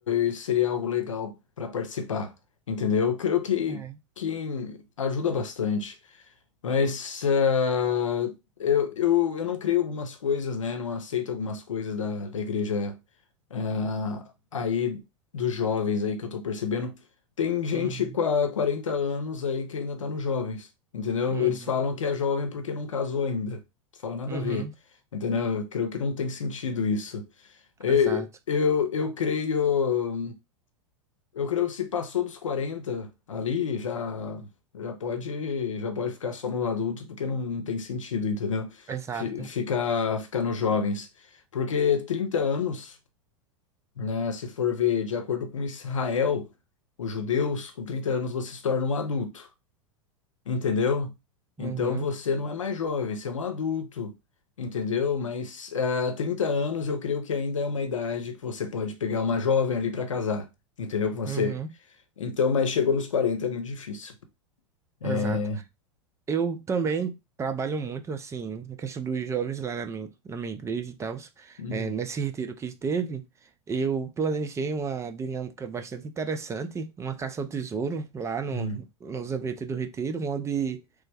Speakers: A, on the left; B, on the right.
A: eh, seria algo legal para participar, entendeu? Eu creio que,
B: É.
A: que ajuda bastante. Mas ah, eu, eu, eu não creio algumas coisas, né? Não aceito algumas coisas da, da igreja ah, aí dos jovens aí que eu tô percebendo. Tem gente
B: Uhum,
A: com a 40 anos aí que ainda tá nos jovens, entendeu?
B: uhum,
A: Eles falam que é jovem porque não casou ainda. Não Fala nada
B: uhum.
A: a ver. Entendeu? Eu creio que não tem sentido isso. E-
B: Exato,
A: Eu, eu creio, eu creio que se passou dos 40 ali, já já pode já pode ficar só no adulto, porque não tem sentido, entendeu?
B: exato.
A: Fi- Ficar ficar nos jovens. Porque 30 anos, né, se for ver de acordo com Israel, os judeus, com 30 anos você se torna um adulto. Entendeu? Então
B: Uhum,
A: você não é mais jovem, você é um adulto, entendeu? Mas ah, 30 anos eu creio que ainda é uma idade que você pode pegar uma jovem ali para casar, entendeu? Com você.
B: uhum.
A: Então, mas chegou nos 40 é muito difícil. É.
B: Exato. Eu também trabalho muito, assim, na questão dos jovens lá na minha, na minha igreja e tal.
A: Hum,
B: É, nesse retiro que teve, eu planejei uma dinâmica bastante interessante, uma caça ao tesouro lá no,
A: hum.
B: nos ambientes do retiro, onde